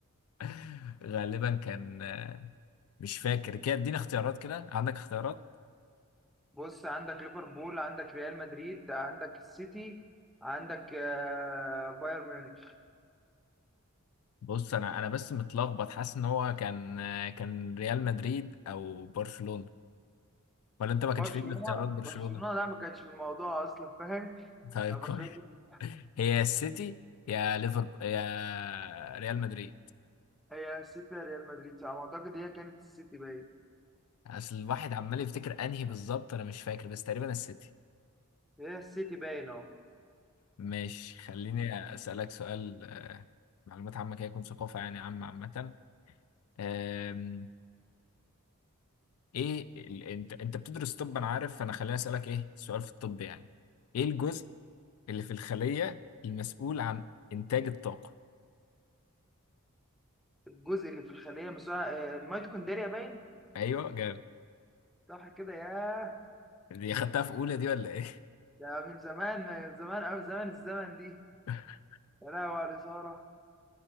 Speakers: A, on the left; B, in the centre.
A: <laughs> غالبا كان آه، مش فاكر كده اديني اختيارات كده عندك اختيارات
B: بص عندك ليفربول عندك ريال مدريد عندك السيتي عندك آه، بايرن ميونخ
A: بص انا انا بس متلخبط حاسس ان هو كان آه، كان ريال مدريد او برشلونة ولا انت ما كانش
B: برشلونة
A: فيه الاختيارات برشلونة
B: برشلونة لا ما كانتش في الموضوع أصلا فاهم
A: طيب
B: يعني
A: كويس
B: برشلونة كانت-
A: هي يا السيتي يا ليفربول يا ريال مدريد
B: هي السيتي يا ريال مدريد على ما أعتقد هي كانت السيتي باين
A: اصل الواحد عمال يفتكر انهي بالظبط انا مش فاكر بس تقريبا السيتي
B: هي السيتي باين أهو
A: ماشي خليني أسألك سؤال آه، معلومات عامة كده يكون ثقافة يعني عامة عامة آم، إيه ال... أنت أنت بتدرس طب أنا عارف فأنا خليني أسألك إيه سؤال في الطب يعني إيه الجزء اللي في الخلية المسؤول عن إنتاج الطاقة؟
B: الجزء اللي في الخلية مساعد الميتوكوندريا باين
A: أيوه جامد
B: صح كده ياه
A: دي خدتها في أولى دي ولا إيه؟
B: ده من زمان من زمان أوي زمن الزمن دي
A: <laughs>
B: يا لهوي على الإثارة